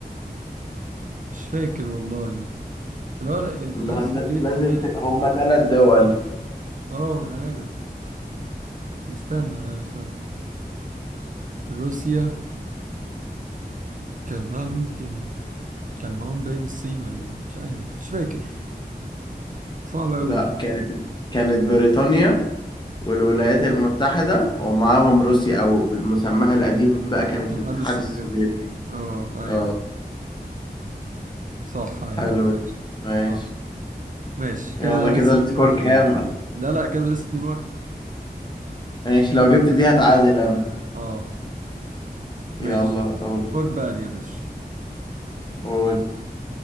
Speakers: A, on the right (about 50°); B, on the left (about 25°).
A: مش فاكر والله اللي هو الاتحاد
B: لا
A: السوفيتي
B: لا- لازم
A: يعني
B: ت... هما ثلاث دول
A: اه انا عارف استنى استنى روسيا كان معاهم مين تاني كان معاهم باين الصين ولا ايه مش عارف مش فاكر صعبة قوي
B: لا
A: دي
B: كانت كانت بريطانيا والولايات المتحدة ومعاهم روسيا أو بالمسمى القديم بقى
A: الاتحاد
B: كانت الاتحاد
A: السوفيتي
B: السوفيتي
A: اه ايوه
B: اه
A: فكرة صح ايوه
B: حلو
A: ماشي.
B: ده. ماشي
A: اه ماشي كده
B: يلا
A: لسه
B: كده السكور
A: 2 1
B: كام
A: ليا لا لا كده لسه 2 1
B: ماشي لو جبت دي هتعادل أنا
A: اه ماشي
B: يلا قول
A: خد بقى دي يا باشا
B: قول